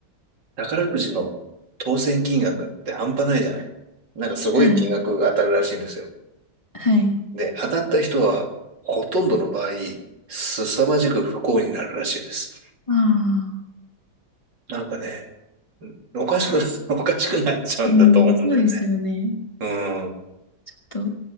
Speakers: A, on the right; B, on the left.
A: 宝くじの当選金額って半端ないじゃない。なんかすごい金額が当たるらしいんですよ。
B: はい。はい。
A: で、当たった人はほとんどの場合、凄まじく不幸になるらしいです。
B: ああ。
A: なんかね、おかしくな、<laughs> おかしくなっちゃうんだと思うんだよね。
B: うん、そうですよね。
A: うん。
B: ちょっと、